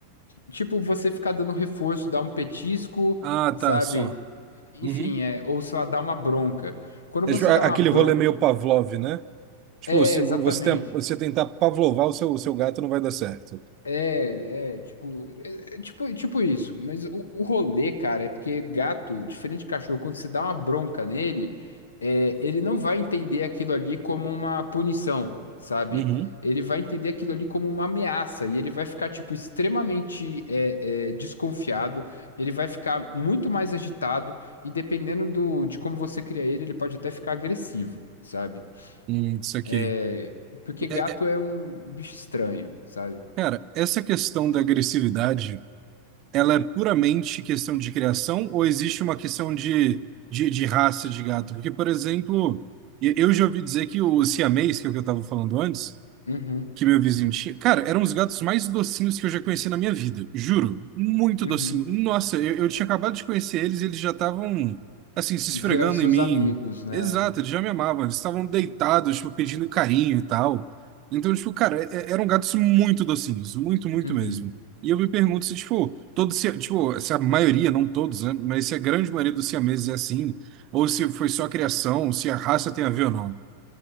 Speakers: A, on the left; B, on the right.
A: Tipo, você ficar dando reforço, dar um petisco,
B: Ah,
A: sabe?
B: tá, só.
A: Enfim,
B: Uhum.
A: é, ou sei lá, dar uma bronca. Quando
B: É,
A: você
B: tipo, a-
A: dá
B: aquele
A: uma bronca.
B: rolê meio Pavlov, né? Tipo,
A: É,
B: se
A: exatamente.
B: vo- você, tem, você tentar pavlovar o seu, o seu gato, não vai dar certo.
A: É, é, tipo, é, é tipo, é tipo isso. Mas o, o rolê, cara, é porque gato, diferente de cachorro, quando você dá uma bronca nele, é, ele não vai entender aquilo ali como uma punição, sabe?
B: Uhum.
A: Ele vai entender aquilo ali como uma ameaça e ele vai ficar, tipo, extremamente é, é, desconfiado, ele vai ficar muito mais agitado e dependendo do, de como você cria ele, ele pode até ficar agressivo, sabe?
B: Hum, isso aqui.
A: É, porque gato
B: É- é-
A: é um bicho estranho, sabe?
B: cara, essa questão da agressividade, ela é puramente questão de criação ou existe uma questão de, de, de raça de gato? Porque, por exemplo, e- eu já ouvi dizer que o siamês, que é o que eu estava falando antes,
A: Uhum.
B: que meu vizinho tinha. Cara, eram os gatos mais docinhos que eu já conheci na minha vida. Juro. Muito
A: Uhum.
B: docinho. Nossa, eu, eu tinha acabado de conhecer eles e eles já estavam, assim, se esfregando
A: E viraram seus
B: em mim.
A: amigos, né?
B: Exato, eles já me amavam. Eles estavam deitados, tipo, pedindo carinho e tal. Então, tipo, cara, é- é- eram gatos muito docinhos. Muito, muito
A: Uhum.
B: mesmo. E eu me pergunto se, tipo, todos, se- tipo, se a maioria, não todos, né? Mas se a grande maioria dos siameses é assim, ou se foi só a criação, se a raça tem a ver ou não.